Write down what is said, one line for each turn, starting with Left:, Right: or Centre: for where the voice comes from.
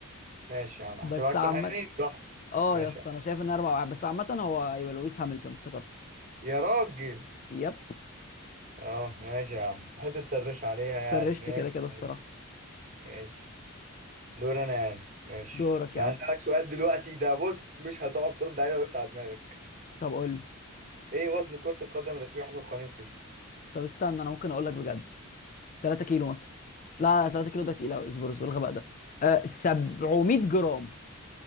Right: ماشي يا عم هحسبها
Left: بس
Right: لك
Left: عامه
Right: صح يعني براحتك
Left: اه
Right: ماشي
Left: يا اسطى
Right: يا عم.
Left: انا شايف ان اربع واحد بس عامه هو ايوه لويس هامilton افتكرت
Right: يا راجل
Left: يب
Right: اه ماشي يا عم حتة تسرش عليها يعني
Left: درشت
Right: ماشي
Left: كده كده الصراحه
Right: ماشي ماشي دور انا يعني ماشي
Left: دورك
Right: انا
Left: يا عم
Right: هسألك سؤال دلوقتي ده بص مش هتعرف ترد عليه لو وقفت على دماغك
Left: طب قول لي
Right: ايه وزن كرة القدم الرسمية حسب قوانين فيفا
Left: طب استنى انا ممكن اقول لك بجد 3 كيلو مثلا لا لا 3 كيلو ده تقيل قوي اصبر اصبر الغباء ده آه 700 جرام